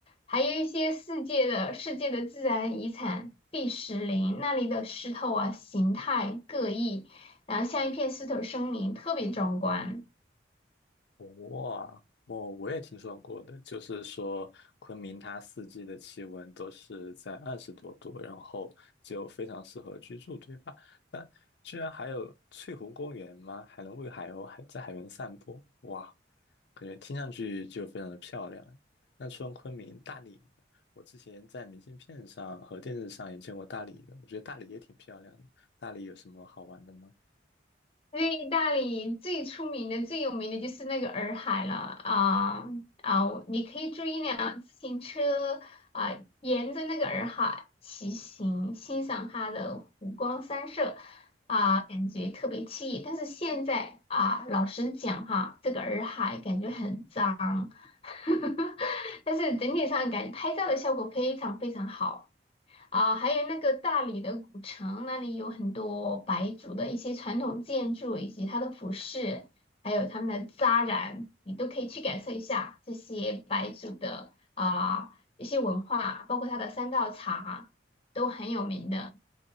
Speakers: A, on the left; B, on the left.
A: 还有一些世界的世界的自然遗产第石林，那里的石头啊形态各异，然后像一片石头森林，特别壮观。
B: 哇，哦，我也听说过的，就是说昆明它四季的气温都是在二十多度，然后就非常适合居住，对吧？但居然还有翠湖公园吗？还能喂海鸥，还在海边散步，哇，感觉听上去就非常的漂亮。那除了昆明，大理，我之前在明信片上和电视上也见过大理的，我觉得大理也挺漂亮的。大理有什么好玩的吗？
A: 因为意大理最出名的、最有名的就是那个洱海了啊啊！我你可以租一辆自行车啊，沿着那个洱海骑行，欣赏它的湖光山色啊，感觉特别惬意。但是现在啊，老实讲哈，这个洱海感觉很脏，<laughs> 但是整体上感拍照的效果非常非常好。啊，还有那个大理的古城，那里有很多白族的一些传统建筑，以及它的服饰，还有他们的扎染，你都可以去感受一下这些白族的啊、一些文化，包括它的三道茶都很有名的。